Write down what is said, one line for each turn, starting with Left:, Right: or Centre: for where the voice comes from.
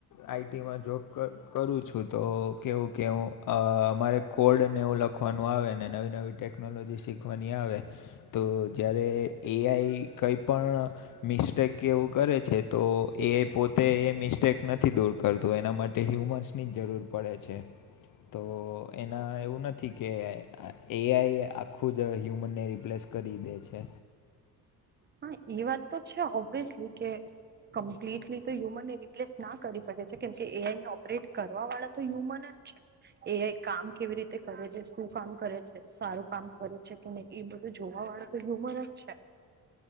Left: આઈટીમાં જોબ કરું છું તો કેવું કે હું મારે કોડને એવું લખવાનું આવે ને નવી નવી ટેકનોલોજી શીખવાની આવે તો જ્યારે એઆઈ કંઈ પણ મિસ્ટેક કેવું કરે છે તો એ પોતે એ મિસ્ટેક નથી દૂર કરતું એના માટે કે હ્યુમન્સની જ જરૂર પડે છે તો એના એવું નથી કે એઆઈ આખું જ હ્યુમનને રિપ્લેસ કરી દે છે
Right: હા એ વાત તો છે ઓબ્વિયસલી કે કમ્પ્લીટલી તો હ્યુમનને રીપ્લેસ ના કરી શકે છે કેમ કે એઆઈને ઓપરેટ કરવા વાળા તો હ્યુમન જ છે એ કામ કેવી રીતે કરે છે શું કામ કરે છે સારું કામ કરે છે કે એ બધું જોવા વાળો તો હ્યુમન જ છે